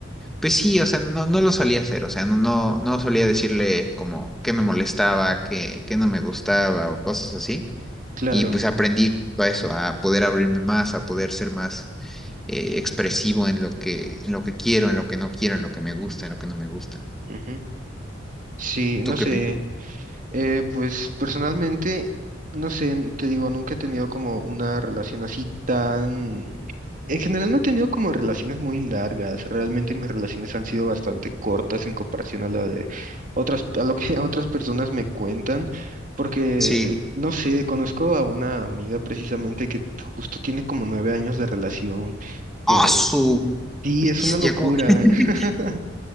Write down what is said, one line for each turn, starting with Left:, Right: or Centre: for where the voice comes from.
Centre: pues sí, o sea, no, no lo solía hacer, o sea, no, no, no solía decirle como que me molestaba, que, que no me gustaba o cosas así.
Right: claro,
Centre: Y pues aprendí a eso, a poder abrirme más, a poder ser más eh, expresivo en lo que, en lo que quiero, en lo que no quiero, en lo que me gusta, en lo que no me gusta.
Right: ujú. Sí,
Centre: ¿Tú
Right: no sé.
Centre: qué piensas?
Right: Eh, pues personalmente, no sé, te digo, nunca he tenido como una relación así tan... En general no he tenido como relaciones muy largas. Realmente mis relaciones han sido bastante cortas en comparación a la de otras, a lo que <laughs> otras personas me cuentan. Porque,
Centre: Sí.
Right: no sé, conozco a una amiga precisamente que justo tiene como nueve años de relación, que
Centre: ¡Ah, su
Right: sí,
Centre: bestia!
Right: es una locura.
Centre: Como que... <laughs>
Right: <laughs>